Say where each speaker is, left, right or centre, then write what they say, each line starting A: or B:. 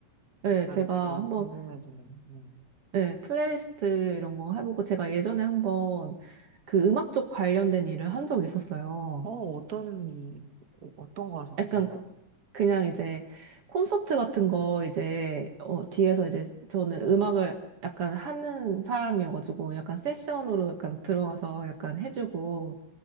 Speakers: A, on the right; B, on the right.
A: 네,
B: 갑자기
A: 제가
B: 구- 어,
A: 한번
B: 궁금해지네요. 네.
A: 네, 플레이리스트 이런 거 해보고 제가 예전에 한번 그 음악 쪽 관련된 일을 한 적이 있었어요.
B: 어, 어떤 어떤 거 하셨어요?
A: 약간 코- 그냥 이제 콘서트 같은 거 이제 어, 뒤에서 이제 저는 음악을 약간 하는 사람이어가지고 약간 세션으로 약간 들어가서 약간 해주고